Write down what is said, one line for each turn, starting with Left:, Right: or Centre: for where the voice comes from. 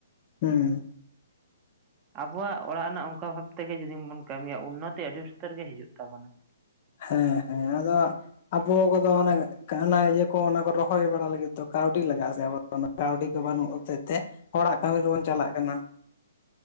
Left: ᱦᱮᱸ
Right: ᱟᱵᱚᱣᱟᱜ ᱚᱲᱟᱜ ᱨᱮᱱᱟᱜ ᱚᱱᱠᱟ ᱵᱷᱟᱵ ᱛᱮᱜᱮ ᱡᱩᱫᱤᱢ ᱵᱚᱱ ᱠᱟᱹᱢᱤᱭᱟ ᱩᱱᱚᱛᱤ ᱟᱹᱰᱤ ᱩᱛᱟᱹᱨ ᱜᱮ ᱦᱤᱡᱩᱜ ᱛᱟᱵᱚᱱᱟ ᱾
Left: ᱦᱮᱸ ᱦᱮᱸ ᱟᱫᱚ ᱟᱵᱚ ᱠᱚᱫᱚ ᱚᱱ ᱠᱟᱦᱱᱟ ᱤᱭᱟᱹ ᱠᱚ ᱚᱱᱟ ᱠᱚ ᱨᱚᱦᱚᱭ ᱵᱟᱲᱟ ᱞᱟᱹᱜᱤᱫ ᱫᱚ ᱠᱟᱹᱣᱴᱤ ᱞᱟᱜ ᱟᱥᱮ ᱟᱵᱚ ᱫᱚ ᱠᱟᱹᱣᱰᱤ ᱠᱚ ᱵᱟᱹᱱᱩᱜ ᱦᱚᱛᱮᱫ ᱛᱮ ᱦᱚᱲᱟᱜ ᱠᱟᱹᱢᱤ ᱫᱚᱵᱚᱱ ᱪᱟᱞᱟᱜ ᱠᱟᱱᱟ ᱾